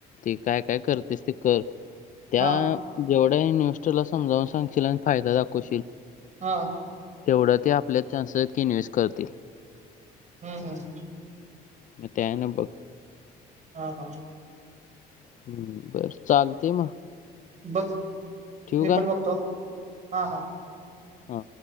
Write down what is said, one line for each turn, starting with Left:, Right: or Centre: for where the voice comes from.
Left: ते काय काय करतोस ते कर त्या
Right: हा
Left: जेवढ्या न्यूस्टला समजावून सांगशील आणि फायदा दाखवशील
Right: हा
Left: तेवढा ते आपल्या चान्सस इन्व्हेस्ट करतील
Right: हम्म हम्म
Left: म ते आहे ना बघ
Right: हा हा
Left: हम् बरं चालतंय मग
Right: बघ
Left: ठेवू
Right: मी
Left: का
Right: पण बघतो हा हा
Left: हा